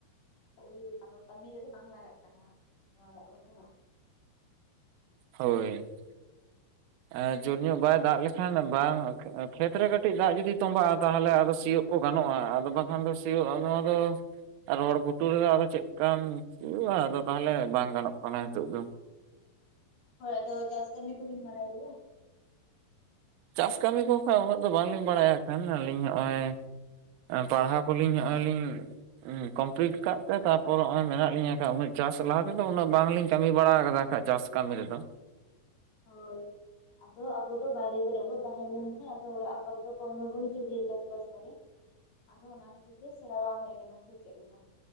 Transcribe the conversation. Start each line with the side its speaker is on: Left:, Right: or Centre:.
Left: ᱳᱭ ᱟᱨ ᱠᱟᱹᱢᱤ ᱨᱮᱫᱚ ᱵᱟᱝ ᱞᱟᱜᱟᱜ ᱠᱟᱱᱟ ᱱᱟᱜ ᱱᱚᱣᱟ ᱫᱟᱜ ᱫᱚ ᱦᱮᱵᱟᱝ
Right: ᱦᱳᱭ ᱮ ᱡᱳᱨ ᱧᱚᱜ ᱵᱟᱭ ᱫᱟᱜ ᱞᱮᱠᱷᱟᱱ ᱵᱟᱝ ᱠᱷᱮᱛ ᱨᱮ ᱠᱟᱹᱴᱤᱡ ᱫᱟᱜ ᱡᱩᱫᱤ ᱛᱚᱸᱵᱟᱜᱼᱟ ᱛᱟᱦᱚᱞᱮ ᱟᱫᱚ ᱥᱤᱭᱳᱜ ᱠᱚ ᱜᱟᱱᱚᱜᱼᱟ ᱟᱫᱚ ᱵᱟᱠᱷᱟᱱ ᱫᱚ ᱥᱤᱭᱳᱜᱼᱟ ᱱᱚᱣᱟ ᱫᱚ ᱨᱚᱦᱚᱲ ᱜᱩᱴᱩᱨᱮ ᱟᱫᱚ ᱪᱮᱫ ᱠᱟᱢ ᱦᱩᱭᱩᱜᱼᱟ ᱟᱫᱚ ᱛᱟᱦᱚᱞᱮ ᱵᱟᱝ ᱜᱟᱱᱚᱜ ᱠᱟᱱᱟ ᱱᱤᱛᱚᱜ ᱫᱚ
Left: ᱦᱳᱭ ᱟᱫᱚ ᱪᱟᱥ ᱠᱟᱹᱢᱤ ᱠᱚᱵᱤᱱ ᱵᱟᱲᱟᱭ ᱜᱮᱭᱟ
Right: ᱪᱟᱥ ᱠᱟᱹᱢᱤ ᱠᱚ ᱠᱷᱚᱡ ᱩᱱᱟᱹᱜ ᱫᱚ ᱵᱟᱝᱞᱤᱧ ᱵᱟᱲᱟᱭᱟ ᱠᱷᱟᱱ ᱟᱹᱞᱤᱧ ᱱᱚᱜᱼᱚᱭ ᱯᱟᱲᱦᱟᱣ ᱠᱚᱞᱤᱧ ᱱᱚᱜᱼᱚᱭ ᱞᱤᱧ ᱩᱜ ᱠᱚᱢᱯᱞᱤᱴ ᱠᱟᱜ ᱛᱮ ᱛᱟᱯᱚᱨ ᱱᱚᱜ ᱚᱭ ᱢᱮᱱᱟᱜ ᱞᱤᱧᱟᱹ ᱠᱷᱟᱱᱡ ᱩᱱᱟᱹᱜ ᱪᱟᱥ ᱞᱟᱦᱟ ᱛᱮᱫᱚ ᱩᱱᱟᱹᱜ ᱵᱟᱝᱞᱤᱧ ᱠᱟᱹᱢᱤ ᱵᱟᱲᱟ ᱟᱠᱟᱫᱟ ᱠᱷᱟᱡ ᱪᱟᱥ ᱠᱟᱹᱢᱤ ᱨᱮᱫᱚ
Left: ᱦᱳᱭ ᱟᱫᱚ ᱟᱵᱚ ᱫᱚ ᱵᱟᱭᱨᱮ ᱠᱚᱨᱮ ᱵᱚ ᱛᱟᱦᱮᱸᱞᱱᱠᱷᱟᱱ ᱟᱫᱚ ᱚᱲᱟᱜ ᱠᱚᱨᱮ ᱫᱚ ᱠᱚᱢ ᱜᱮᱵᱚ ᱦᱤᱡᱩᱜ ᱜᱮᱭᱟ ᱪᱟᱥᱵᱟᱥ ᱠᱚᱨᱮ ᱟᱫᱚ ᱚᱱᱟ ᱠᱷᱟᱹᱛᱤᱨ ᱛᱮ ᱥᱮᱬᱟ ᱵᱟᱝ ᱦᱩᱭ ᱟᱠᱟᱱᱟ ᱥᱮ ᱪᱮᱫ ᱞᱮᱠᱟ